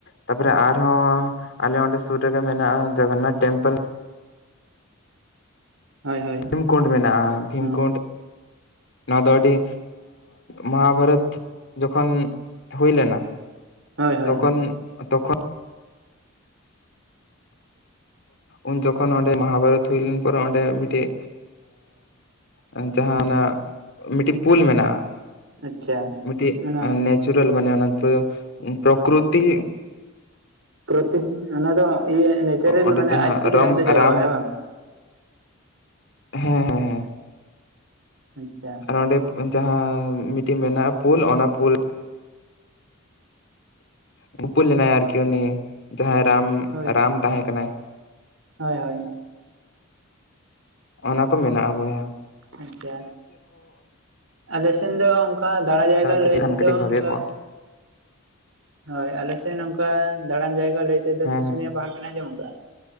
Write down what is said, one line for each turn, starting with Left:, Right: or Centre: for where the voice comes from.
Left: ᱛᱟᱯᱚᱨᱮ ᱟᱨᱦᱚᱸ ᱟᱞᱮ ᱚᱸᱰᱮ ᱥᱩᱨ ᱨᱮᱜᱮ ᱢᱮᱱᱟᱜᱼᱟ ᱡᱚᱜᱚᱱᱱᱟᱛᱷ ᱴᱮᱢᱯᱮᱞ ᱾
Right: ᱦᱳᱭ ᱦᱳᱭ
Left: ᱵᱷᱤᱢᱠᱩᱸᱰ ᱢᱮᱱᱟᱜᱼᱟ, ᱵᱷᱤᱢᱠᱩᱸᱰ
Right: ᱦᱳᱭ
Left: ᱱᱚᱣᱟ ᱫᱚ ᱟᱹᱰᱤ ᱢᱚᱦᱟᱵᱟᱨᱚᱛ ᱡᱚᱠᱷᱚᱱ ᱦᱩᱭᱞᱱᱟ
Right: ᱦᱳᱭ ᱦᱳᱭ
Left: ᱛᱚᱠᱷᱚᱱ ᱛᱚᱠᱷᱚᱱ ᱩᱱ ᱡᱚᱠᱷᱚᱱ ᱚᱸᱰᱮ ᱢᱚᱦᱟᱵᱟᱨᱚᱛ ᱦᱩᱭᱞᱱ ᱯᱚᱨᱮ ᱚᱸᱰᱮ ᱢᱤᱫᱴᱤᱡ ᱮᱸ ᱡᱟᱦᱟᱸ ᱚᱱᱟᱜ ᱢᱤᱫᱴᱤᱡ ᱯᱩᱞ ᱢᱮᱱᱟᱜᱼᱟ,
Right: ᱟᱪᱪᱷᱟ
Left: ᱢᱤᱫᱴᱤᱡ
Right: ᱚᱱᱟ
Left: ᱱᱮᱪᱩᱨᱟᱞ ᱢᱟᱱᱮ ᱚᱱᱟ ᱛᱚ ᱯᱨᱚᱠᱩᱛᱤ
Right: ᱯᱨᱚᱛᱤᱫᱤᱱ ᱚᱱᱟ ᱫᱚ ᱤᱭᱟᱹ ᱱᱮᱪᱟᱨᱮᱞ
Left: ᱚᱸᱰᱮ
Right: ᱢᱟᱱᱮ
Left: ᱡᱟᱦᱟᱸ
Right: ᱟᱡ ᱛᱮᱜᱮ
Left: ᱨᱟᱢ
Right: ᱫᱟᱜ ᱫᱚ ᱡᱚᱨᱚᱜᱼᱟ
Left: ᱨᱟᱢ
Right: ᱦᱮᱸ ᱵᱟᱝ?
Left: ᱦᱮᱸ ᱦᱮᱸ ᱦᱮᱸ᱾
Right: ᱟᱪᱪᱷᱟ
Left: ᱟᱨ ᱱᱚᱸᱰᱮ ᱡᱟᱦᱟᱸ ᱢᱤᱫᱴᱮᱱ ᱢᱮᱱᱟᱜᱼᱟ ᱯᱩᱞ ᱚᱱᱟ ᱯᱩᱞ ᱩᱯᱟᱹᱞ ᱞᱮᱱᱟᱭ ᱟᱨᱠᱤ ᱩᱱᱤ ᱡᱟᱦᱟᱸᱭ ᱨᱟᱢ
Right: ᱦᱳᱭ
Left: ᱨᱟᱢ ᱛᱟᱦᱮᱸ ᱠᱟᱱᱟᱭ ᱾
Right: ᱦᱳᱭ ᱦᱳᱭ
Left: ᱚᱱᱟ ᱠᱚ ᱢᱮᱱᱟᱜᱼᱟ ᱵᱚᱭᱦᱟ ᱾
Right: ᱟᱪᱪᱷᱟ, ᱟᱞᱮ ᱥᱮᱱ ᱫᱚ ᱚᱱᱠᱟ ᱫᱟᱬᱟ ᱡᱟᱭᱜᱟ
Left: ᱠᱟᱹᱴᱤᱡ
Right: ᱞᱟᱹᱭ
Left: ᱠᱷᱟᱱ
Right: ᱛᱮᱫᱚ
Left: ᱠᱟᱹᱴᱤᱡ ᱵᱷᱟᱜᱮ
Right: ᱚᱱᱠᱟ
Left: ᱠᱚᱜᱼᱟ
Right: ᱦᱳᱭ ᱟᱞᱮᱥᱮᱱ ᱱᱚᱝᱠᱟ ᱫᱟᱬᱟᱱ ᱡᱟᱭᱜᱟ ᱞᱟᱹᱭ ᱛᱮᱫᱚ
Left: ᱦᱮᱸ
Right: ᱥᱩᱥᱩᱱᱤᱭᱟᱹ
Left: ᱦᱮᱸ
Right: ᱯᱟᱦᱟᱲ ᱵᱮᱱ ᱟᱸᱡᱚᱢ ᱠᱟᱜᱼᱟ?